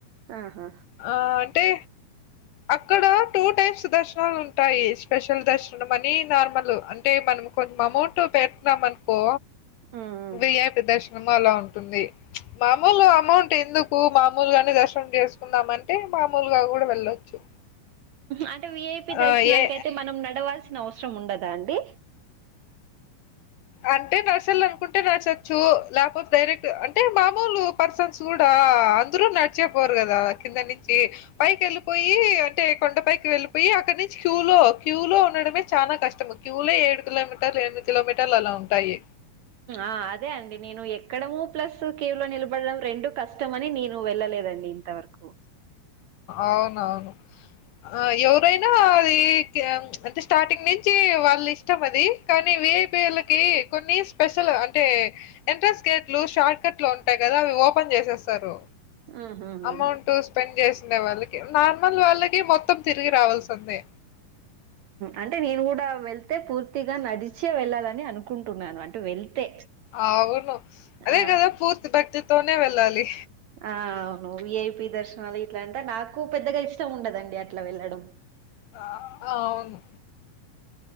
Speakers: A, on the right (about 75°); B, on the left (about 80°).
A: ఆహా
B: ఆ అంటే అక్కడ టూ టైప్స్ దర్శనాలు ఉంటాయి స్పెషల్ దర్శనం అని నార్మల్ అంటే మనం కొంచం అమౌంట్ పెతునాం అనుకో
A: ఉమ్ ఉమ్
B: బయాపి దర్శనము అలా ఉంటుంది మామూలు అమౌంట్ ఎందుకు మామూలుగానే దర్శనం చేసుకుందామ అంటే మామూలుగా కూడా వెళ్ళొచ్చు
A: అంటే విఐపి
B: ఆ
A: దర్శనాలక
B: ఏ
A: అయితే మనం నడవాల్సిన అవసరం ఉండదా అండి
B: అంటే నర్సలు అనుకుంటే నర్సచ్చు లేకపోతే డైరెక్ట్ అంటే మామూలు పర్సన్స్ కూడా అందరు నడిచేపోరు కదా కింద నుంచి పైకి వెళ్ళిపోయి అంటే కొండపైకి వెళ్లిపోయి అక్కడ నుంచి క్యూ లో క్యూ లో ఉండడమే చాలా కష్టం క్యూలే ఏడు కిలోమీటర్లు ఎనిమిది కిలోమీటర్లు అలా ఉంటాయి
A: ఆ అదే అండి నేను ఎక్కడము ప్లస్ క్యూ లో నిలబడడం రెండు కష్టం కష్టమని నేను వెళ్ళలేదండి ఇంతవరకు
B: అవునవును ఆ ఎవరైనా అది కి ఆ అంటే స్టార్టింగ్ నుంచి వాళ్ళ ఇష్టం అది కానీ వి ఐ పి ఓలకి కొన్ని స్పెషల్ అంటే ఎంట్రన్స్ గేట్లు షార్ట్ కట్లు ఉంటాయి కదా అవి ఓపెన్ చేసేస్తారు.
A: ఆహాహా
B: అమౌంట్ స్పెండ్ చేస్ ఉండే వాళ్ళకి, నార్మల్ వాళ్ళకి మొత్తం తిరిగి రావాల్సి ఉంది.
A: అంటే నేను కూడా వెళ్తే పూర్తిగా నడిచే వెళ్ళాలని అనుకుంటున్నాను అంటే వెళ్తే.
B: అవును అదే
A: ఆ
B: కదా పూర్తి భక్తితోనే వెళ్ళాలి.
A: ఆ అవును విఐపి దర్శనాలు ఇట్లాంట నాకు పెద్దగా ఇష్టం ఉండదండి అట్లా వెళ్లడం.
B: అ అవును.